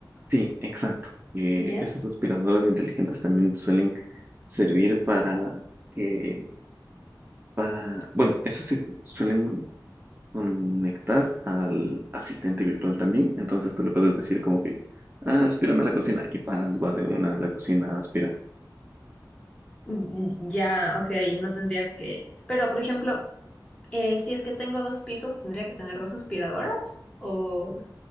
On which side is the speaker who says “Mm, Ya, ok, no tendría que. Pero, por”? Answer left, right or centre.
Left